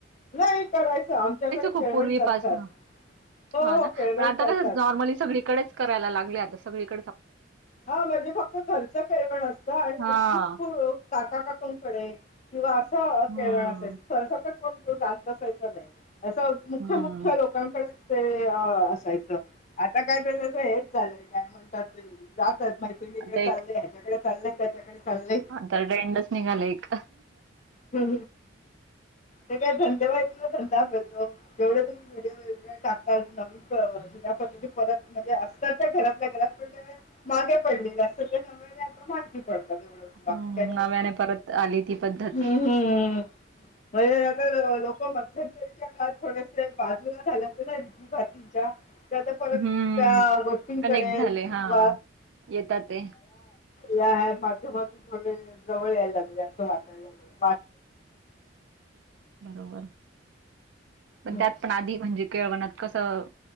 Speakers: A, on the left; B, on the right.
A: नाही करायचं आमच्याकडे
B: खुप
A: केळवण
B: पुर्वी
A: करतात
B: पासन
A: हो
B: होना
A: हो केळवण
B: पण आता
A: करतात
B: कस नॉर्मली सगळीकडे कराय लागले आता सगळीकडे.
A: हा म्हणजे फक्त घरचं प पण असतं आणि
B: हा
A: अगदीचू काका काकूंकडे किंवा असं
B: हम्म
A: केळवण असायच. सरसकट कोण त अससायच नाही अस मुख्य
B: हम्म
A: मुख्य लोक लोकांकडेच ते असायचं आता काय त तर हेच झालंय काय म्हण लात जातच मैत्रिणीकडे
B: आता
A: चालय ह्याच्याकडे चाललंय त्याच्याकडे चालले
B: तर रेडच निघाले एक
A: ह ते काय धंदेवाहा कला धंदा करतो जेवढे तुम्ही व्हिडिओ टाकतात नवीन ज्या पद्धती परत म्हणजे असतात त्या घरातल्या घरात मागे पडलेले असत ते न आ माहिती पडत तेवढं
B: हम्म
A: बाकी काय
B: नव्याने परत आली ती पद्धत.
A: हम्म हम्म म्हणजे अगर लोक मध्यंतरीच्या काळात थोडेसे बाजूला झाले नाही भातींच्या त्या फ
B: हम्म.
A: त्या गोष्टंकडे
B: कनेक्ट झाले. हां.
A: <inaudible>
B: येतात ते.
A: या ह्या माध्यमातून थोडे जवळ यायला लागले असं वाटायला लागल
B: बरोबर पण
A: हम्म.
B: त्यात पण आधी म्हणजे केळवणत कसं